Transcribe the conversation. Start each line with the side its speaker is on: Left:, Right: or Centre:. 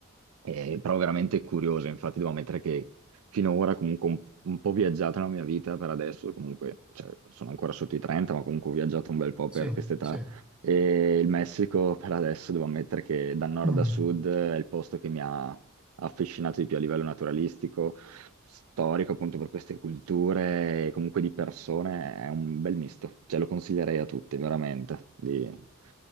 Right: eh, però veramente curiosa, infatti devo ammettere che finora comunque un, un po' viaggiata la mia vita per adesso, comunque cioè, sono ancora sotto i 30, ma comunque ho viaggiato un bel po'
Centre: sì,
Right: per quest'età
Centre: sì.
Right: e il Messico per adesso devo ammettere che da nord
Centre: Mm,
Right: a sud è il posto che mi ha affascinato di più a livello naturalistico, storico appunto per queste culture e comunque di persone, è un bel misto, cioè lo consiglierei a tutti, veramente, di-